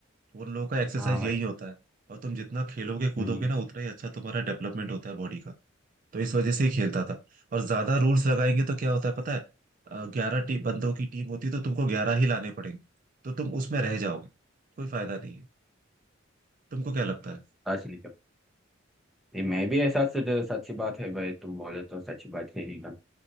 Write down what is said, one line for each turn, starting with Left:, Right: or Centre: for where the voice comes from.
Right: उन लोगों का एक्सरसाइज
Centre: हाँ भाई
Right: यही होता है और तुम जितना खेलोगे कूदोगे
Centre: हम्म
Right: ना उतना ही अच्छा तुम्हारा डेवलपमेंट होता है बॉडी का तो इस वजह से ही खेलता था और ज्यादा रूल्स लगाएंगे तो क्या होता है पता है ग्यारह टी बंदों की टीम होती है तो तुमको ग्यारह ही लाने पड़ेंगे तो तुम उसमें रह जाओगे कोई फायदा नहीं है तुमको क्या लगता है
Centre: सच निकल ये मैं भी ऐसा सच- सच्ची बात है भाई तुम बोले तो सच्ची बात है निकल